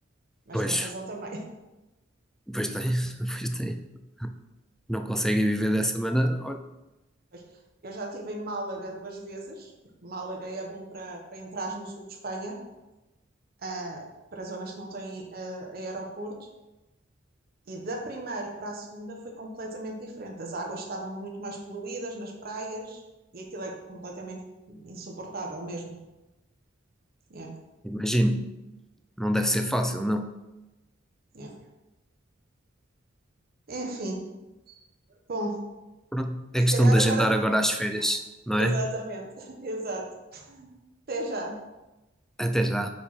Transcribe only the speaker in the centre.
Pois,
pois tem, <laughs> pois tem. Não conseguem viver dessa maneira? Olha,
imagino, não deve ser fácil, não.
Pronto,
é questão
de
agendar agora as férias,
não
é?
Até já.